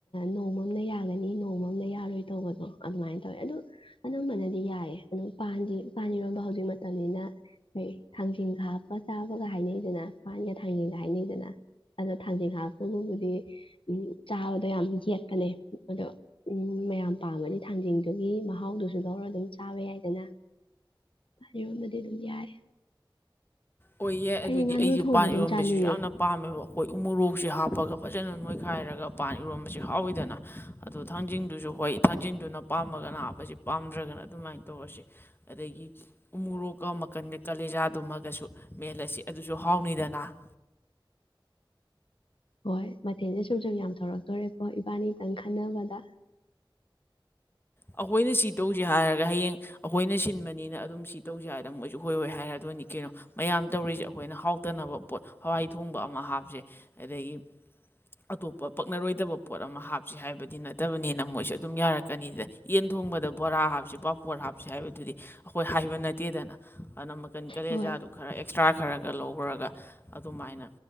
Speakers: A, on the left; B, on the left.
A: ꯅꯣꯡꯃꯝꯅ ꯌꯥꯒꯅꯤ ꯅꯣꯡꯃꯝꯅ ꯌꯥꯔꯣꯏ ꯇꯧꯕꯗꯣ ꯑꯗꯨꯃꯥꯏꯅ ꯇꯧꯋꯦ ꯑ ꯑꯅꯝꯕꯅꯗꯤ ꯌꯥꯏꯌꯦ ꯑꯗꯨꯝ ꯄꯥꯟꯁꯤ ꯄꯥꯟꯔꯣꯟꯕ ꯍꯧꯖꯤꯛ ꯃꯇꯝꯅꯤꯅ ꯑꯩꯩ ꯊꯥꯡꯖꯤꯡ ꯍꯥꯞꯄ ꯆꯥꯕꯒ ꯍꯥꯏꯅꯩꯗꯅ ꯅꯒ ꯊꯥꯡꯖꯤꯡ ꯍꯥꯏꯅꯩꯗꯅ ꯑꯗꯣ ꯊꯥꯡꯖꯤꯡ ꯍꯥꯞꯄꯕꯨꯕꯨꯗꯤ ꯎ ꯆꯥꯕꯗꯣ ꯌꯥꯝ ꯌꯦꯛꯄꯅꯦ ꯑꯗꯣ ꯎꯝ ꯃꯌꯥꯝ ꯄꯥꯝꯃꯅꯤ ꯊꯥꯡꯖꯤꯡꯗꯨꯒꯤ ꯃꯍꯥꯎꯗꯨꯁꯨ ꯂꯧꯔ ꯑꯗꯨꯝ ꯆꯥꯕ ꯌꯥꯏꯗꯅ ꯑꯩꯔꯣꯟꯗꯗꯤ ꯑꯗꯨꯝ ꯌꯥꯏ
B: ꯑꯣꯏꯌꯦ
A: ꯑꯩꯗꯤ
B: ꯑꯗꯨꯗꯤ
A: ꯉꯥꯅꯨ
B: ꯑꯩꯁꯨꯄꯥꯟ
A: ꯊꯣꯡꯕ ꯑꯗꯨꯝ
B: ꯏꯔꯣꯟꯕꯁꯤꯁꯨ
A: ꯆꯥꯅꯤꯡꯉꯦ
B: ꯌꯥꯝꯅ ꯄꯥꯝꯃꯦꯕ ꯑꯩꯈꯣꯏ ꯎꯃꯣꯔꯣꯛ ꯎꯁꯤ ꯍꯥꯞꯄꯒ ꯐꯖꯅ ꯅꯣꯏꯈꯥꯏꯔꯒ ꯄꯥꯟ ꯏꯔꯣꯟꯝꯕꯁ ꯍꯥꯎꯋꯤꯗꯅ ꯑꯗꯣ ꯊꯥꯡꯖꯤꯡꯗꯨꯁꯨ ꯍꯣꯏ ꯊꯥꯡꯖꯤꯡꯗꯨꯅ ꯄꯥꯝꯃꯒꯅ ꯍꯥꯞꯄꯁ ꯄꯥꯝꯗ꯭ꯔꯒꯅ ꯑꯗꯨꯃꯥꯏꯅ ꯇꯧꯔꯁ ꯑꯗꯒꯤ ꯎꯃꯣꯔꯣꯛꯀ ꯃꯈꯟꯗ ꯀꯥꯂꯦꯖꯥꯗꯨꯃꯒꯁꯨ ꯃꯦꯜꯂ ꯑꯁꯤ ꯑꯗꯨꯁꯨ ꯍꯥꯎꯅꯤꯗꯅ
A: ꯍꯣꯏ ꯃꯊꯦꯜꯁꯦ ꯁꯨꯝ ꯁꯨꯝ ꯌꯥꯝ ꯊꯧꯔꯛꯇꯣꯔꯦꯀꯣ ꯏꯕꯥꯅꯤꯇꯪ ꯈꯟꯅꯕꯗ
B: ꯑꯩꯈꯣꯏꯅ ꯁꯤ ꯇꯧꯁꯦ ꯍꯥꯏꯔꯒ ꯍꯌꯦꯡ ꯑꯩꯈꯣꯏꯅ ꯁꯤꯟꯕꯅꯤꯅ ꯑꯗꯨꯝ ꯁꯤ ꯇꯧꯁꯦ ꯍꯥꯏꯔꯗ ꯃꯣꯏꯁꯨ ꯍꯣꯏꯔꯣꯏ ꯍꯥꯏꯔ ꯑꯗꯨꯅꯤ ꯀꯩꯅꯣ ꯃꯌꯥꯝ ꯇꯧꯔꯤꯁꯦ ꯑꯩꯈꯣꯏꯅ ꯍꯥꯎꯇꯅꯕ ꯄꯣꯠ ꯍꯋꯥꯏ ꯊꯣꯡꯕ ꯑꯃ ꯍꯥꯞꯁꯦ ꯑꯗꯒꯤ ꯑꯇꯣꯞꯄ ꯄꯛꯅꯔꯣꯏꯗꯕ ꯄꯣꯠ ꯑꯃ ꯍꯥꯞ ꯁꯦ ꯍꯥꯏꯕꯗꯤ ꯅꯠꯇꯕꯅꯤꯅ ꯃꯣꯏꯁꯨ ꯑꯗꯨꯝ ꯌꯥꯔꯛꯀꯅꯤꯗ ꯌꯦꯟ ꯊꯣꯡꯕꯗ ꯕꯣꯔꯥ ꯍꯥꯞꯁꯤ ꯄꯥꯄꯣꯔ ꯍꯥꯞꯁꯤ ꯍꯥꯏꯕꯗꯨꯗꯤ ꯑꯩꯈꯣꯏ ꯍꯥꯏꯕ ꯅꯠꯇꯦꯗꯅ ꯑꯗꯨꯅ ꯀ ꯀꯂꯦꯖꯥꯗꯣ
A: ꯍꯣꯏ
B: ꯈꯔ ꯑꯦꯛꯁꯇ꯭ꯔꯥ ꯈꯔ ꯈ ꯂꯧꯈ꯭ꯔꯒ ꯑꯗꯨꯃꯥꯏꯅ